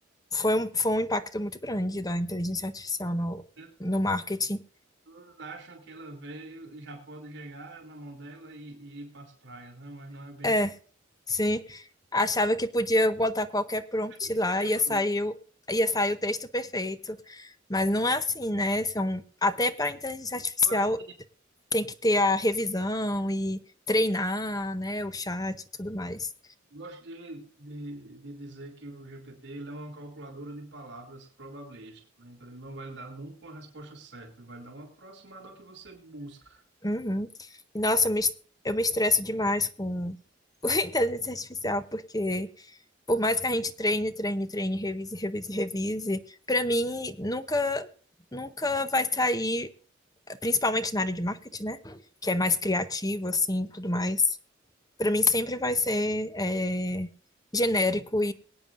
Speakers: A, on the left; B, on the right.
A: foi um, foi um impacto muito grande da inteligência artificial no,
B: As
A: no marketing.
B: pessoas acham que ela veio e já pode chegar na mão dela e, e ir para as praias, né? Mas não é bem
A: É, sim. Achava que podia botar qualquer prompt
B: assim.
A: lá, ia sair, o- ia sair o texto perfeito. Mas não é assim, né? São, até para inteligência artificial
B: <laughs>
A: tem que ter a revisão e treinar, né, o chat e tudo mais.
B: Gosto de, de, de dizer que o GPT ele é uma calculadora de palavras probabilística, né? Então ele não vai lhe dar nunca uma resposta certa, vai dar uma aproximada ao que você busca.
A: Uhum. E, Nossa, eu me, es- eu me estresso demais com, <laughs> com a inteligência artificial, porque por mais que a gente treine, treine, treine, revise, revise, revise, pra mim nunca, nunca vai sair, principalmente na área de marketing, né? Que é mais criativo, assim, tudo mais. Pra mim sempre vai ser é, genérico